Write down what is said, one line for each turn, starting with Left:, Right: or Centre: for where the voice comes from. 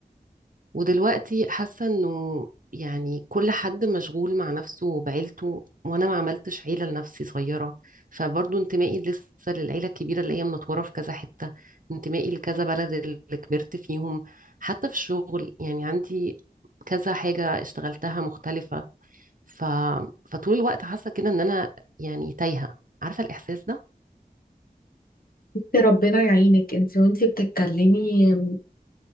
Right: ودلوقتي حاسة إنه يعني كل حد مشغول مع نفسه وبعيلته وأنا ما عملتش عيلة لنفسي صغيرة فبرضو انتمائي لسه للعيلة الكبيرة اللي هي منطورة في كذا حتة انتمائي لكذا بلد اللي كبرت فيهم حتى في الشغل يعني عندي كذا حاجة اشتغلتها مختلفة ف... فطول الوقت حاسه كده ان انا يعني تايهه عارفه الاحساس ده
Left: بصي ربنا يعينك انتي وانتي بتتكلمي